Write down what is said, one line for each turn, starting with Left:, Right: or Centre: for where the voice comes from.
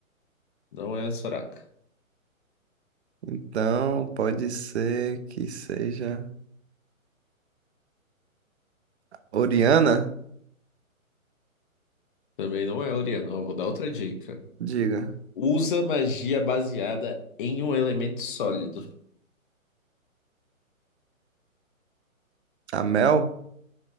Left: Não é a Soraka.
Right: Então pode ser que seja Oriana?
Left: Também não é a Orianna. Ó, vou dar outra dica.
Right: Diga.
Left: Usa magia baseada em um elemento sólido.
Right: A Mel?